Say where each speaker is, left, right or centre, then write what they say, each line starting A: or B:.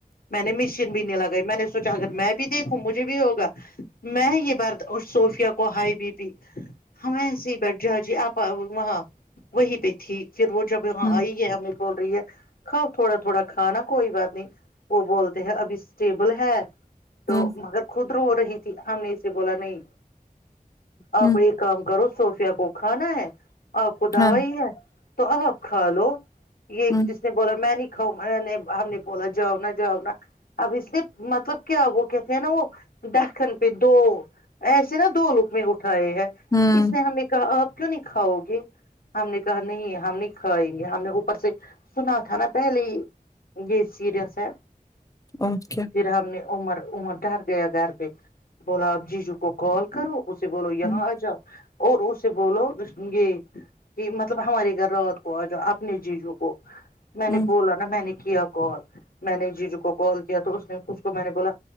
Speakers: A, on the left (about 80°); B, on the left (about 25°).
A: میں نے مشین بھینے لگا گ میں نے سوچا اگر میں بھی دیکھوں مجے بھی ہوا میں یہ برد اور صوفیا کو ہائی بی پی ہم ایس ہی بیٹھ جا جی آپ وہاں وہیں پہ تھی پھر وہ جب یہاں
B: ہوں ہوں
A: آئی ہے ہمیں بول رہی ہے کھاؤ تھوڑا تھوڑا کھانا کوئی بات نہیں وہ بولتے ہیں ابھی اسٹیبل ہے تو
B: ہوں
A: مگر خود رو رہی تھی ہم نے اسے بولا نہیں آپ
B: ہوں
A: ایک کام کرو صوفیا کو کھانا ہے آپ کو دوا
B: ہاں
A: ہی ہے تو اب آپ کھا لو یہ اس
B: ہوں
A: اس نے بولا میں نہیں کاؤ میں نے ہم نے بولا جاؤنا جاؤنا اب اس نے مطلب کیا وہ کہتے ہیں نا وہ دہ کن پہ دو ایسے نا دو لوک میں اٹھائے ہیں
B: ہوں
A: اس نے ہم نے کہ آپ کیوں نہیں کھاؤ گے ہم نے کہا نہیں ہم نہیں کھائیں گے ہم نے اوپر سے سنا تھا نا پہلے ہی گی سییرس ہے
B: اوکے
A: پھر ہم نے عمر عمر ڈر گیا گھر پہ بولا اب جی جو کو کال کرو اس سے بولو یہ
B: ہوں
A: ہاں آ ج آپ اور اسے بولو اس یہ کہ مطلب ہمارے گھر رات کو آ جاؤ اپنے جیجو کو میں نے
B: ہوں
A: بولا نا میں نے کیا کال میں نے جیجو کو کال کیا تو اس نے اسکو میں نے بولا